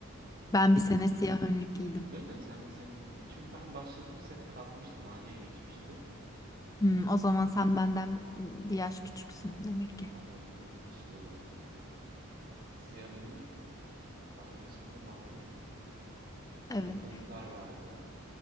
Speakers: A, on the left; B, on the right.
A: Ben bir sene siyah önlük giydim.
B: Değil mi? Sen bir sene gibi. Çünkü ben başladığım sene kalkmıştı, maviye geçmişti
A: Hmm, o zaman sen benden bir yaş küçüksün demek ki.
B: falan gibi bir şey oluyor. Evet. Siyah önlük vardı, sonra mavi yaptılar.
A: Evet.
B: Yakalıklar vardı.